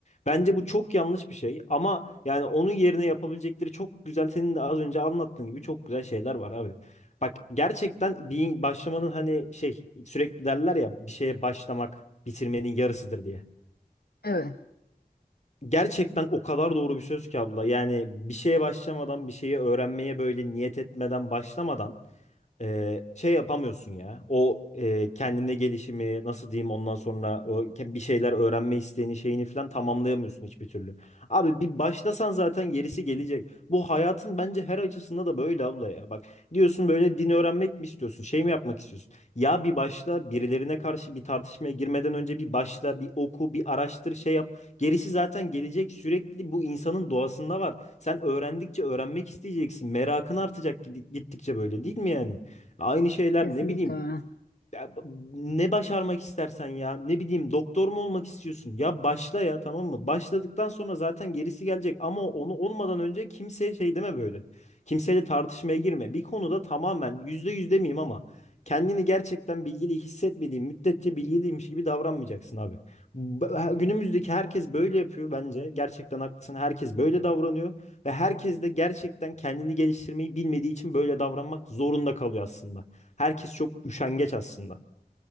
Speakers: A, on the left; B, on the left.
A: Bence bu çok yanlış bir şey ama yani onun yerine yapabilecekleri çok güzel senin de az önce anlattığın gibi çok güzel şeyler var abi. Bak gerçekten bir başlamanın hani şey sürekli derler ya bir şeye başlamak bitirmenin yarısıdır diye.
B: Evet,
A: Gerçekten o kadar doğru bir söz ki abla. Yani bir şeye başlamadan, bir şeyi öğrenmeye böyle niyet etmeden, başlamadan e, şey yapamıyorsun ya. O e, kendine gelişimi nasıl diyeyim ondan sonra o ke- bir şeyler öğrenme isteğini şeyini falan tamamlayamıyorsun hiçbir türlü. Abi bir başlasan zaten gerisi gelecek. Bu hayatın bence her açısında da böyle abla ya. Bak diyorsun böyle din öğrenmek mi istiyorsun? Şey mi yapmak istiyorsun? Ya bir başla birilerine karşı bir tartışmaya girmeden önce bir başla, bir oku, bir araştır, şey yap. Gerisi zaten gelecek. Sürekli bu insanın doğasında var. Sen öğrendikçe öğrenmek isteyeceksin. Merakın artacak gidi- gittikçe böyle değil mi yani? Aynı şeyler
B: kesinlikle
A: ne bileyim
B: öyle.
A: ya b- ne başarmak istersen ya ne bileyim doktor mu olmak istiyorsun ya başla ya tamam mı? Başladıktan sonra zaten gerisi gelecek ama onu olmadan önce kimseye şey deme böyle. Kimseyle tartışmaya girme. Bir konuda tamamen yüzde yüz demeyeyim ama kendini gerçekten bilgili hissetmediğin müddetçe bilgiliymiş gibi davranmayacaksın abi. B- ha- Günümüzdeki herkes böyle yapıyor bence. Gerçekten haklısın. Herkes böyle davranıyor ve herkes de gerçekten kendini geliştirmeyi bilmediği için böyle davranmak zorunda kalıyor aslında. Herkes çok üşengeç aslında.